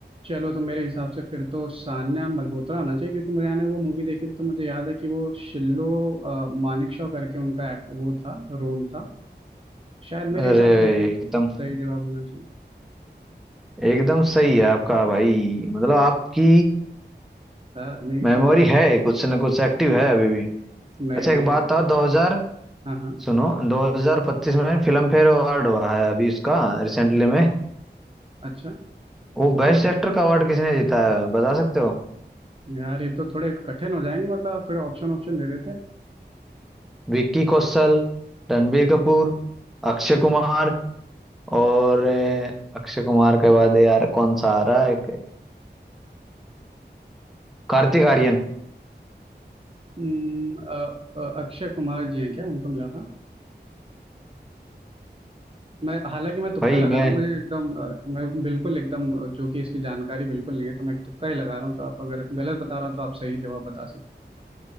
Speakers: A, on the right; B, in the centre.
A: चलो तो मेरे हिसाब से फिर तो सान्या मल्होत्रा होना चाहिए क्योंकि मुझे ने वो मूवी देखी थी तो मुझे याद है कि वो शिल्लो अ, मानेकशॉ करके उनका एक- वो था रोल था शायद मेरे
B: अरे
A: हिसाब से यही
B: एकदम
A: सही जवाब होना चाहिए
B: एकदम सही है आपका भाई मतलब आपकी
A: हाँ, नहीं
B: मेमोरी
A: शुक्र है
B: है कुछ ना कुछ एक्टिव है अभी भी
A: नहीं
B: अच्छा
A: नहीं
B: एक
A: यार
B: बात था 2000
A: हाँ हाँ
B: सुनो 2025 में फिल्म फेयर अवार्ड हुआ है अभी उसका रिसेंटली में
A: अच्छा
B: वो बेस्ट एक्टर का अवार्ड किसने जीता है बता सकते हो
A: यार ये तो थोड़े कठिन हो जाएंगे मतलब आप थोड़े ऑप्शन ऑप्शन दे देते हैं
B: विक्की कौशल रणबीर कपूर अक्षय कुमार और ए, अक्षय कुमार के बाद यार कौन सा आ रहा है एक कार्तिक आर्यन
A: हम्म, अ, अ, अक्षय कुमार जी हैं क्या उनको मिला था मैं हालांकि मैं तुक्का
B: भाई
A: लगा
B: मैं
A: रहा हूँ मुझे एकदम अ, मैं बिल्कुल एकदम अ, जो कि इसकी जानकारी बिल्कुल नहीं है तो मैं एक तुक्का ही लगा रहा हूँ तो आप अगर गलत बता रहा हूँ तो आप सही जवाब बता सकते